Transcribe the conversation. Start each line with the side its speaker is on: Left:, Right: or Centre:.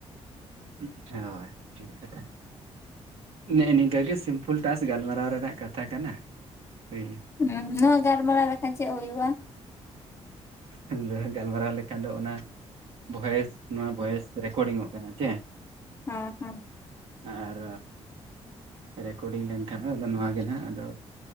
Right: ᱩᱸᱜ ᱦᱳᱭ ᱴᱷᱤᱠ ᱠᱟᱛᱷᱟ᱾ ᱱᱮᱜᱼᱮ ᱱᱤᱝᱠᱟᱹ ᱜᱮ ᱥᱤᱢᱯᱩᱞ ᱴᱟᱥ ᱜᱟᱞᱢᱟᱨᱟᱣ ᱨᱮᱱᱟᱜ ᱠᱟᱛᱷᱟ ᱠᱟᱱᱟ ᱦᱩᱭ᱾
Left: ᱦᱩᱸ ᱱᱚᱶᱟ ᱜᱟᱞᱢᱟᱨᱟᱣ ᱞᱮᱠᱷᱟᱱ ᱪᱮᱫ ᱦᱳᱭᱳᱜᱼᱟ?
Right: ᱟᱫᱚ ᱜᱟᱞᱢᱟᱨᱟᱣ ᱞᱮᱠᱷᱟᱱ ᱫᱚ ᱚᱱᱟ ᱵᱷᱚᱭᱮᱥ ᱱᱚᱶᱟ ᱵᱷᱚᱭᱮᱥ ᱨᱮᱠᱚᱨᱰᱤᱝᱼᱚᱜ ᱠᱟᱱᱟ ᱡᱮ᱾
Left: ᱚᱸ ᱦᱚᱸ᱾
Right: ᱟᱨ ᱨᱮᱠᱚᱨᱰᱤᱝ ᱞᱮᱱᱠᱷᱟᱱ ᱟᱫᱚ ᱱᱚᱣᱟ ᱜᱮ ᱦᱟᱸᱜ ᱟᱫᱚ